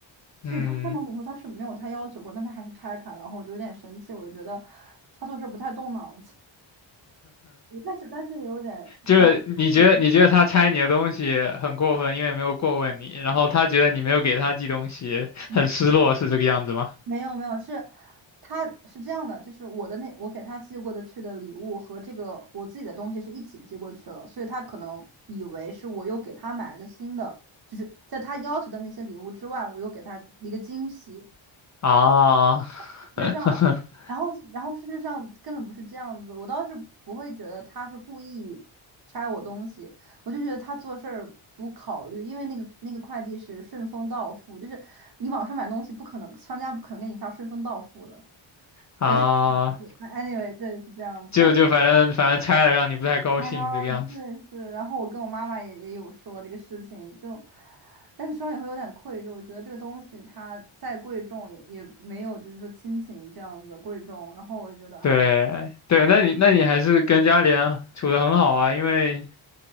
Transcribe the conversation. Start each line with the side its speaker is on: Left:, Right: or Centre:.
Right: 所以他看到了以后，
Left: 嗯，
Right: 他是没有他要求过，但他还是拆开了，然后我就有点生气，我就觉得他做事不太动脑子，但是但是也有点小极。
Left: 就是你觉得你觉得他拆你的东西很过分，
Right: 会，
Left: 因为没有过问你，然后他觉得你没有给他寄东西，
Right: 嗯，
Left: 很失落，是这个样子吗？
Right: 没有没有，是他是这样的，就是我的那我给他寄过的去的礼物和这个我自己的东西是一起寄过去了，所以他可能以为是我又给他买了个新的，就是在他要求的那些礼物之外，我又给他一个惊喜。
Left: 啊，
Right: 事实上，
Left: <laughs>
Right: 然后然后事实上根本不是这样子，我倒是不会觉得他是故意拆我东西，我就觉得他做事儿不考虑，因为那个那个快递是顺丰到付，就是你网上买东西不可能，商家不可能给你发顺丰到付的，<laughs>
Left: 啊，
Right: 对是，anyway 对是这样子，
Left: <laughs> 就就反正反正拆了让你不太高兴这个样子。
Right: 但是哎呀，我对是，然后我跟我妈妈也也有说这个事情，就。但是双也会有点愧疚，我觉得这个东西它再贵重也也没有，就是说亲情这样子贵重。然后我觉得，哎，
Left: 对对，那你那你还是跟家里人处得很好啊，因为